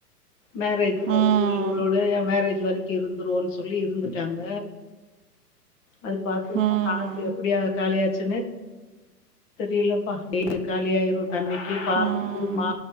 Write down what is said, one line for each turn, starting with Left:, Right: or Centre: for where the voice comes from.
Left: மேரேஜ்
Right: ம்
Left: வருது இவரோட என் மேரேஜ் வரைக்கும் இருந்துருவோன்னு சொல்லி இருந்துட்டாங்க அது பார்த்தன்னா
Right: ம்
Left: கா எப்படிய காலி யாச்சி சுனே தெரியலப்பா டெய்லி காலி ஆயிரும் தண்ணிக்கு பாலுக்கு
Right: ம்
Left: மா